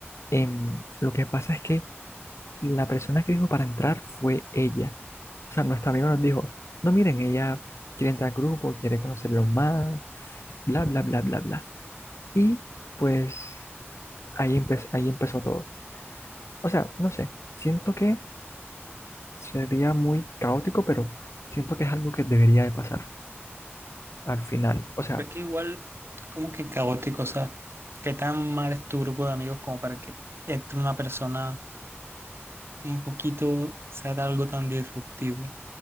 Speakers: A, on the left; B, on the right.
A: em, lo que pasa es que la persona que dijo para entrar fue ella. O sea, nuestro amigo nos dijo, no miren, ella quiere entrar al grupo, quiere conocerlo más, bla, bla, bla, bla, bla. Y pues ahí, empe- ahí empezó todo. O sea, no sé, siento que sería muy caótico, pero siento que es algo que debería de pasar al final. O sea,
B: Pero es que igual, como que caótico, o sea, qué tan mal es tu grupo de amigos como para que entre una persona un poquito sea de algo tan disruptivo.